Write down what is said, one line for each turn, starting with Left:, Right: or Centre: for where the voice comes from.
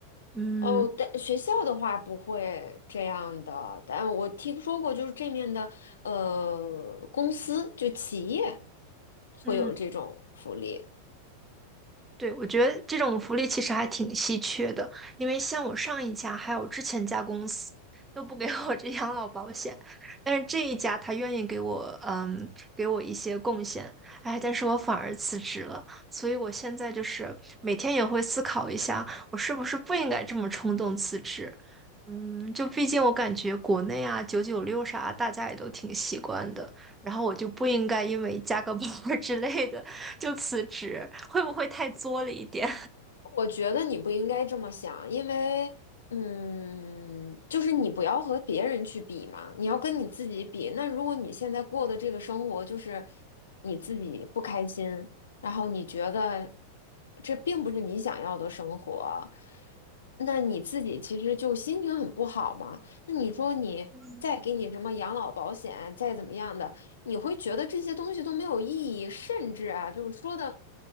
Right: 嗯
Left: 哦，但学校的话不会这样的，但我听说过，就是这面的呃公司就企业会有这种福利。
Right: 嗯，对，我觉得这种福利其实还挺稀缺的，因为像我上一家还有之前一家公司都不给我这养老保险，但是这一家他愿意给我，嗯，给我一些贡献，哎，但是我反而辞职了，所以我现在就是每天也会思考一下，我是不是不应该这么冲动辞职。嗯，就毕竟我感觉国内啊，九九六啥，大家也都挺习惯的。然后我就不应该因为加个 <laughs> 班儿之类的就辞职，会不会太作了一点？
Left: 我觉得你不应该这么想，因为，嗯，就是你不要和别人去比嘛，你要跟你自己比。那如果你现在过的这个生活就是你自己不开心，然后你觉得这并不是你想要的生活，那你自己其实就心情很不好嘛。那你说你再给你什么养老保险，
Right: 嗯
Left: 再怎么样的。你会觉得这些东西都没有意义，甚至啊，就是说的